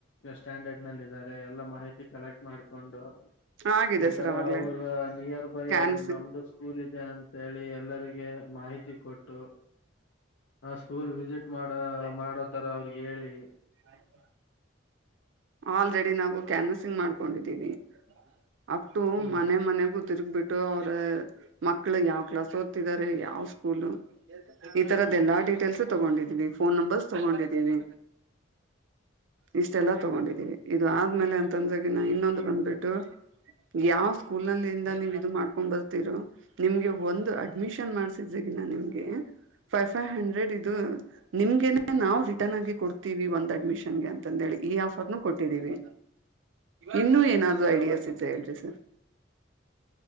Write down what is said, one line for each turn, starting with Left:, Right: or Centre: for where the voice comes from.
Left: ಸ್ಟ್ಯಾಂಡರ್ಡ್ ನಲ್ಲಿ ಇದಾರೆ ಎಲ್ಲಾ ಮಾಹಿತಿ ಕಲೆಕ್ಟ್ ಮಾಡ್ಕೊಂಡು
Right: ಆಗಿದೆ
Left: ಈ
Right: ಸರ್
Left: ತರ
Right: ಅವಾಗ್ಲೇ
Left: ಅವ್ರ ನಿಯರ್ ಬೈ
Right: ಕ್ಯಾನ್ವಸಿಂಗ್
Left: ಅವರು ನಮ್ದು ಸ್ಕೂಲ್ ಇದ ಅಂತ ಹೇಳಿ ಎಲ್ಲರಿಗೆ ಮಾಹಿತಿ ಕೊಟ್ಟು ಆ ಸ್ಕೂಲ್ ವಿಸಿಟ್ ಮಾಡ ಮಾಡೋತರ ಅವ್ರಿಗೆ ಹೇಳಿ
Right: ಆಯ್ತಾ ಆಲ್ರೆಡಿ ನಾವು ಕ್ಯಾನ್ವಸಿಂಗ್ ಮಾಡ್ಕೊಂಡಿದ್ದೀವಿ ಅು
Left: ಹ್ಮ್
Right: ಮನೆ ಮನೆಗೂ ತಿರ್ಗ್ ಬಿಟ್ಟು ಅವರ ಮಕ್ಕಳು ಯಾವ್ ಕ್ಲಾಸ್ ಓದ್ತಿದ್ದಾರೆ ಯಾವ್ ಸ್ಕೂಲ್ ಈ ತರದ್ದ ಎಲ್ಲ ಡೀಟೇಲ್ಸ್ ತಗೊಂಡಿದೀವಿ ಫೋನ್ ನಂಬರ್ಸ್ ತಗೊಂಡಿದ್ದೀವಿ. ಇಷ್ಟೆಲ್ಲ ತಗೊಂಡಿದ್ದೀವಿ ಇದು ಆದ್ಮೇಲೆ ಅಂತಂದ್ರೆ ನಾ ಇನ್ನೊಂದು ಬಂದ್ಬಿಟ್ಟು ಯಾವ್ ಸ್ಕೂಲ್ ನಲ್ಲಿದ ನೀವ್ ಇದು ಮಾಡ್ಕೊಂಡ್ ಬರ್ತಿರೋ ನಿಮ್ಗೆ ಒಂದು ಅಡ್ಮಿಷನ್ ಮಾಡ್ಸಿದ <unintelligible> ನಿಮ್ಗೆ ಫೈವ್ ಫೈವ್ಹ್ರೆಡ್ ಇದು ನಿಮಗೇನೇ ನಾವ್ <unintelligible> ಗಿ ಕೊಡ್ತೀವಿ ಒಂದ್ ಅಡ್ಮಿಷನ್ ಅಂತದ್ ಹೇಳಿ ಈ ಆಫರ್ ಕೊಟ್ಟಿದೀವಿ ಇನ್ನು ಏನಾದೂ ಐಡಿಯಾಸ್ ಇದ <unintelligible> ಡ್ರಸ